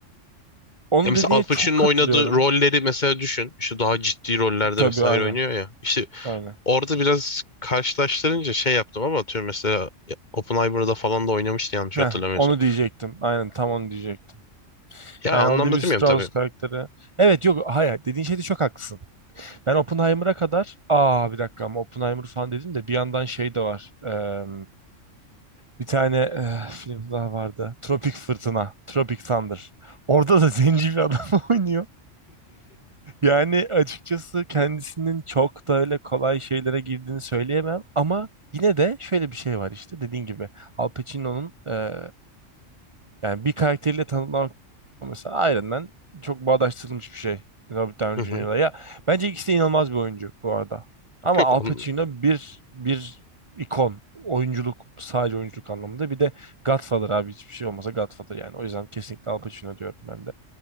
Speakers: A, on the right (about 30°); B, on the left (about 35°).
A: Onun
B: Ya mesela
A: dediğine
B: Al Pacino'nun
A: çok katılıyorum.
B: oynadığı rolleri mesela düşün. İşte daha ciddi rollerde
A: Tabii
B: vesaire
A: aynen.
B: oynuyor ya. İşte
A: Aynen.
B: Orada biraz karşılaştırınca şey yaptım ama atıyorum mesela ya, Oppenheimer'da falan da oynamıştı yanlış
A: Heh,
B: hatırlamıyorsam.
A: onu diyecektim. Aynen tam onu diyecektim.
B: Ya
A: Yani
B: anlamda
A: o Levi
B: demiyorum
A: Strauss
B: tabii.
A: karakteri. Evet yok hayır dediğin şeyde çok haklısın. Ben Oppenheimer'a kadar aa bir dakika ama Oppenheimer falan dedim de bir yandan şey de var. Eee, bir tane eh, film daha vardı. Tropik Fırtına. Tropic Thunder. Orada da <laughs> zenci bir adam <laughs> oynuyor. Yani açıkçası kendisinin çok da öyle kolay şeylere girdiğini söyleyemem ama yine de şöyle bir şey var işte dediğin gibi Al Pacino'nun e, yani bir karakteriyle tanımlamak mesela Iron Man çok bağdaştırılmış bir şey Robert Downey
B: Hı hı.
A: Jr.'la ya bence ikisi de inanılmaz bir oyuncu bu arada ama
B: Yok
A: Al
B: on,
A: Pacino bir bir ikon oyunculuk sadece oyunculuk anlamında bir de Godfather abi hiçbir şey olmasa Godfather yani o yüzden kesinlikle Al Pacino diyorum ben